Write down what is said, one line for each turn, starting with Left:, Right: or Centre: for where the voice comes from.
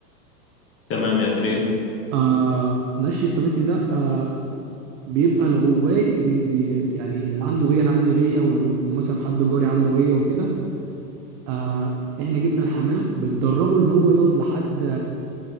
Left: تمام يا ريت
Right: آه نش التماسي ده آه بيبقى الغواي بي بي يعني اللي عنده غيه انا عندي غيه واللي- ومثلا حد جاري عنده غيه وكده آه احنا جبنا الحمام بتدربه اللي هو يقعد لحد